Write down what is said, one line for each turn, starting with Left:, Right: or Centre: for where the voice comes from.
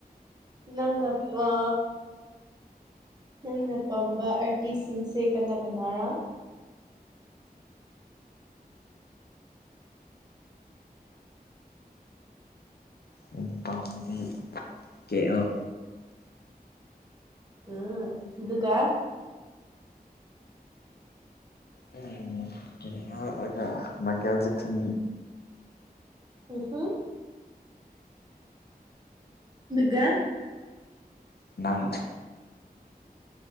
Right: ꯅꯪꯅ ꯑ ꯅꯪꯅ ꯄꯥꯝꯕ ꯑꯥꯔꯇꯤꯁꯁꯤꯡꯁꯦ ꯀꯅꯥ ꯀꯅꯥꯔꯥ
Left: ꯑꯩꯅ ꯄꯥꯝꯕꯗꯤ ꯀꯦ ꯑꯣ
Right: ꯎꯝ ꯑꯗꯨꯀꯥ
Left: ꯎꯝ <unintelligible> ꯃꯥꯏꯀꯦꯜ ꯖꯦꯛꯁꯟ
Right: ꯎꯝ ꯍꯨꯝ ꯑꯗꯨꯒ
Left: ꯅꯪ